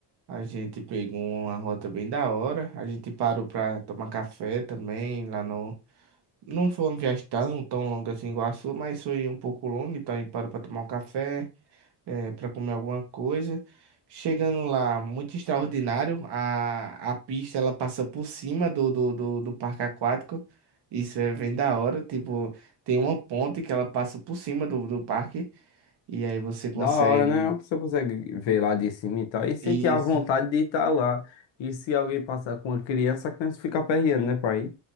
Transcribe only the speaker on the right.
A gente pegou uma rota bem da hora, a gente parou pra tomar café também lá no... Não foi uma viagem tão, tão longa assim igual a sua, mas foi um pouco longa, então a gente parou pra tomar um café é, para comer alguma coisa. Chegando lá, muito extraordinário. A, a pista ela passa por cima do, do, do, do parque aquático. Isso é bem da hora. Tipo, tem uma ponte que ela passa por cima do, do parque. E aí você consegue.
Isso,